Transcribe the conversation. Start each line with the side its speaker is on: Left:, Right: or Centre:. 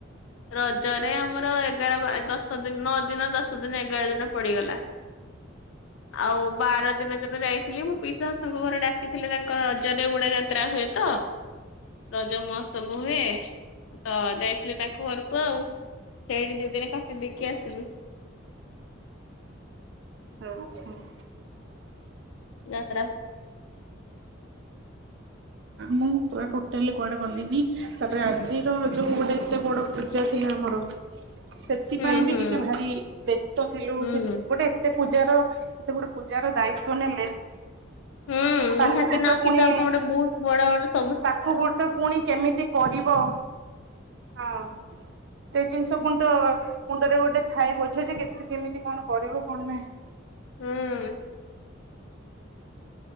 Left: ରଜରେ ଆମର ଏଗାର ଦଶ ଦିନ ନଅ ଦିନ ଦଶ। ସେଦିନ ଏଗାର ଦିନ ପଡିଗଲା। ଆଉ ବାର ଦିନ ଦିନ ଯାଇଥିଲି ମୁଁ ପିଇଶାସୁଙ୍କ ଘରେ ଡାକିଥିଲେ ତାଙ୍କର ରଜରେ ଉଡ଼ା ଯାତ୍ରା ହୁଏ ତ ରଜ ମହୋତ୍ସବ ହୁଏ ତ ଯାଇଥିଲେ ତାଙ୍କ ଘରକୁ ଆଉ ସେଇଠି ଦିଦିନି କାଟି ଦେଇକି ଆସିଲି।
Right: <inaudible>
Left: ନା।
Right: ମୁଁ ପୁରା ଟୋଟାଲି କୁଆଡେ ଗଲି ତାପରେ ଆଜିର ଯୋଉ ଗୋଟେ ଏତେ ବଡ ପୂଜା ଥିଲା ଆମର ସେଥିପାଇଁ
Left: ହୁଁ ହୁଁ
Right: ବି ଟିକେ ଭାରି ବ୍ୟସ୍ତ ଥିଲୁ
Left: ହୁଁ।
Right: ସେ ଗୋଟେ ଏତେ ପୂଜାର ଏତେ ଗୋଟେ ପୂଜାର ଦାୟିତ୍ୱ ନେଲେ
Left: ହୁଁ
Right: ତାକୁ
Left: ନିହାତି
Right: ବି
Left: ନା
Right: ପୁଣି
Left: କି ତ ଆପଣ ଗୋଟେ ବହୁତ ବଡ ବଡ
Right: ତାକୁ ବି ତ ପୁଣି କେମିତି କରିବ ହଁ। ସେଇ ଜିନିଷ ପୁଣି ତ ମୁଣ୍ଡରେ ଗୋଟେ ଥାଏ ବୋଝ ଯେ କେ କେମିତି କଣ କରିବ କଣ ନାହିଁ।
Left: ହୁଁ।